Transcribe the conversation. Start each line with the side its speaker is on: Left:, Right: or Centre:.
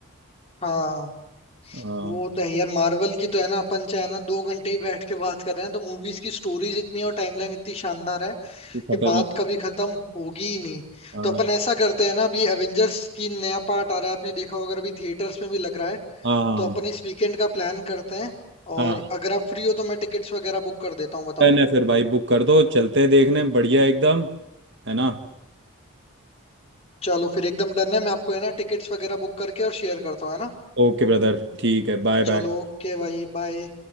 Left: हाँ
Right: हाँ
Left: वो तो है यार मार्वल की तो है ना अपन चाहे ना दो घंटे ही बैठ के बात कर रहे हैं तो मूवीज की स्टोरीज इतनी और टाइमलाइन इतनी शानदार है
Right: ये खतरनाक
Left: कि बात कभी खत्म होगी ही नहीं
Right: हाँ
Left: तो अपन ऐसा करते हैं ना अभी एवेंजर्स की नया पार्ट आ रहा है आपने देखा होगा अगर अभी थिएटर्स में भी लग रहा है
Right: हाँ
Left: तो अपन इस वीकेंड का प्लान करते हैं और
Right: हाँ
Left: अगर आप फ्री हो तो मैं टिकट्स वगैरह बुक कर देता हूँ बताओ
Right: डन है फिर भाई बुक कर दो चलते हैं देखने बढ़िया एकदम है ना
Left: चलो फिर एकदम डन है मैं आपको है ना टिकट्स वगैरह बुक करके और शेयर करता हूँ है ना
Right: ओके ब्रदर ठीक है बाय
Left: चलो
Right: बाय
Left: ओके भाई बाय